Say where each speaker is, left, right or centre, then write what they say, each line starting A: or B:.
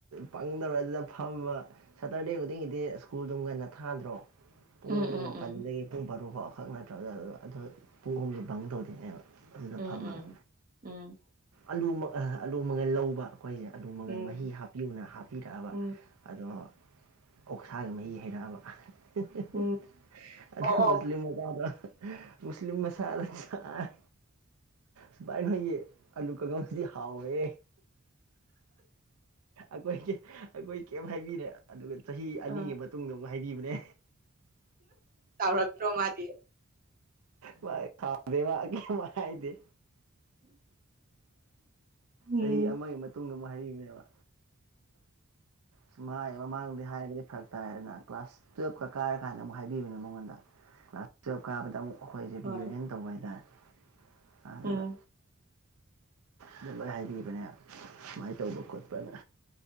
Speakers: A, on the right; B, on the right.
A: ꯄꯪꯗꯧꯔ ꯑꯗꯨꯗ ꯐꯝꯕ ꯁꯇꯔꯗꯦ ꯈꯨꯗꯤꯡꯒꯤꯗꯤ ꯁ꯭ꯀꯨꯜꯗꯨꯝ ꯉꯟꯅ ꯊꯥꯗ꯭ꯔꯣ ꯄꯨꯡ
B: ꯎꯝ ꯎꯝ
A: ꯃꯥꯄꯜꯗꯒꯤ
B: ꯎꯝ
A: ꯄꯨꯡ ꯔꯨ ꯐꯥꯎ ꯈꯛ ꯅꯠꯇ꯭ꯔ ꯑꯗꯨ ꯄꯨꯡ ꯍꯨꯝꯁꯦ ꯕꯪ ꯇꯧꯗꯣꯏꯅꯦꯕ ꯑꯗꯨꯗ
B: ꯎꯝ
A: ꯐꯝꯃꯒ
B: ꯎꯝ ꯎꯝ
A: ꯑꯂꯨ ꯑꯂꯨ ꯃꯒꯜ ꯂꯧꯕ ꯑꯩꯈꯣꯏꯁꯦ ꯑꯂꯨ ꯃꯪꯒꯟ
B: ꯎꯝ
A: ꯃꯍꯤ ꯍꯥꯞ ꯄꯤꯌꯨꯅ ꯍꯥꯞꯄꯤꯔꯛꯑꯕ
B: ꯎꯝ
A: ꯑꯗꯣ ꯑꯣꯛꯁꯥꯒꯤ ꯃꯍꯤ ꯍꯩꯔꯛꯑꯕ ꯍ ꯍ ꯍ
B: ꯎꯝ
A: ꯑꯗꯨ
B: ꯑꯣ ꯑꯣ
A: ꯃꯨꯁꯂꯤꯝ ꯃꯆꯥꯗꯣ ꯃꯨꯁꯂꯤꯝ ꯃꯁꯥꯗ ꯆꯥꯏ ꯁꯨꯃꯥꯏꯅ ꯍꯣꯏꯒꯤ ꯑꯂꯨ ꯀꯪꯉ ꯑꯗꯨꯗꯤ ꯍꯥꯎꯋꯦ ꯑꯩꯈꯣꯏꯒꯤ ꯑꯩꯈꯣꯏ ꯀꯩꯝ ꯍꯥꯏꯕꯤꯔꯦ ꯑꯗꯨꯒ ꯆꯍꯤ ꯑꯅꯤꯒꯤ
B: ꯑꯥ
A: ꯃꯇꯨꯡꯗ ꯑꯃꯨꯛ ꯍꯥꯏꯕꯤꯕꯅꯦ
B: ꯁꯥꯎꯔꯛꯇ꯭ꯔꯣ ꯃꯥꯗꯤ
A: ꯃꯥ ꯈꯥꯎꯗꯦ ꯃꯥ ꯀꯩꯝ ꯍꯥꯏꯗꯦ
B: ꯎꯝ
A: ꯆꯍꯤ ꯑꯃꯒꯤ ꯃꯇꯨꯡꯗ ꯑꯃꯨꯛ ꯍꯥꯏꯕꯤꯅꯦꯕ ꯁꯨꯝ ꯃꯥꯏ ꯃꯃꯥꯡꯗꯤ ꯍꯥꯏꯕꯗꯤ ꯐꯔꯛ ꯇꯥꯏꯔꯦꯅ ꯀ꯭ꯂꯥꯁ ꯇꯨꯌꯦꯜꯞꯀ ꯀꯥꯔ ꯀꯥꯟꯗ ꯑꯃꯨꯛ ꯍꯥꯏꯕꯤꯕꯅꯦ ꯃꯉꯣꯟꯗ ꯀ꯭ꯂꯥꯁ ꯇꯨꯌꯦꯜꯞ ꯀꯥꯕꯗ ꯑꯃꯨꯛ ꯑꯩꯈꯣꯏꯖꯦ
B: ꯍꯣꯏ
A: ꯔꯤ ꯌꯨꯅꯤꯌꯟ ꯇꯧꯕ ꯍꯥꯏꯇꯥꯔꯦ ꯑꯗꯨꯒ
B: ꯎꯝ
A: ꯑꯗꯨ ꯂꯣꯏ ꯍꯥꯏꯕꯤꯕꯅꯦ ꯁꯨꯃꯥꯏꯅ ꯇꯧꯕ ꯈꯣꯠꯄꯅ